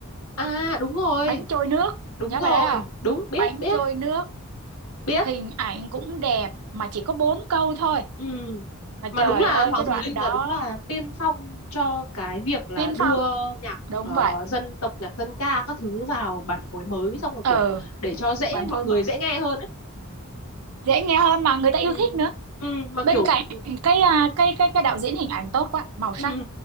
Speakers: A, on the left (about 80°); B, on the right (about 80°).
A: à đúng rồi
B: bánh trôi nước
A: đúng
B: nhớ
A: rồi
B: bài đấy không
A: đúng biết
B: bánh
A: biết
B: trôi nước
A: biết
B: hình ảnh cũng đẹp mà chỉ có bốn câu thôi
A: ừ.
B: mà trời
A: mà đúng là
B: ơi
A: Hoàng
B: cái đoạn
A: Thùy Linh
B: đó
A: là đúng là tiên phong cho cái việc là
B: tiên
A: đưa
B: phong
A: nhạc
B: đúng
A: ờ,
B: vậy
A: dân tộc nhạc dân ca các thứ vào bản phối mới xong rồi
B: ừ
A: kiểu để cho dễ
B: bàn
A: mọi
B: phôi
A: người
B: mà
A: dễ nghe hơn ấy
B: dễ nghe hơn mà người ta
A: ừ.
B: yêu thích nữa
A: Ừ. mà
B: bên
A: kiểu
B: cạnh cái à, cái cái cái đạo diễn hình ảnh tốt quá màu
A: ừ.
B: sắc